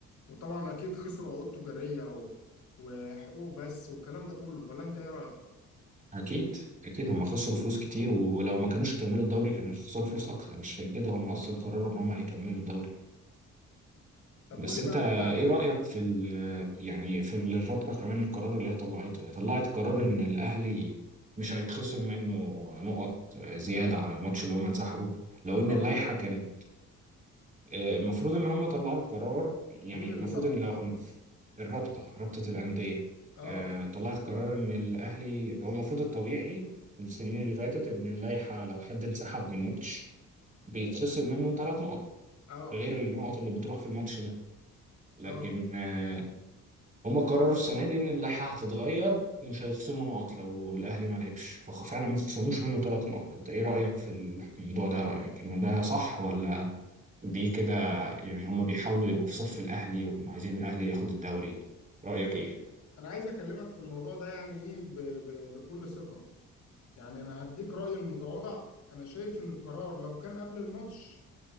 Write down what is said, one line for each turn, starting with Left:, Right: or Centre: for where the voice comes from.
Left: وطبعا أكيد خسروا عقود تجارية و... وحقوق بس والكلام ده كله ولا أنت إيه رأيك؟
Right: اكيد اكيد هم خسروا فلوس كتير ولو ما كانوش كملوا الدوري كانوا خسروا فلوس اكتر مش عشان كده هم اصلا قرروا ان هم هيكملوا الدوري
Left: طب
Right: بس
Left: قول لي
Right: انت
Left: بقى أنت
Right: ايه رايك في ال- يعني في ال- الرابطه كمان القرار اللي هي طلعته هي طلعت قرار ان الاهلي مش هيتخصم منه نقط زياده عن الماتش اللي هم انسحبوا لو
Left: قرار
Right: ان اللائحه
Left: إيه؟
Right: كانت آه، المفروض ان هم طلعوا قرار يعني
Left: مين اللي
Right: المفروض
Left: طلع؟
Right: ان لو الرابطه رابطه الانديه
Left: آه
Right: آه، طلعت قرار ان الاهلي هو المفروض الطبيعي في السنين اللي فاتت ان اللائحه لو حد انسحب من ماتش بيتخصم منه ثلاث نقط
Left: آه
Right: غير النقط اللي بتروح في الماتش ده لكن
Left: آه
Right: آه، هم قرروا السنه دي ان اللائحه هتتغير ومش هيخصموا نقط لو الاهلي ما لعبش ففعلا ما خصموش منه ثلاث نقط انت ايه رايك في الموضوع ده رايك ان ده صح ولا دي كده يعني هم بيحاولوا يبقوا في صف الاهلي وعايزين الاهلي ياخد الدوري رايك ايه
Left: أنا عايز أكلمك في الموضوع ده يعني إيه ب... ب... بكل ثقة يعني أنا هديك رأيي المتواضع أنا شايف إن القرار لو كان قبل الماتش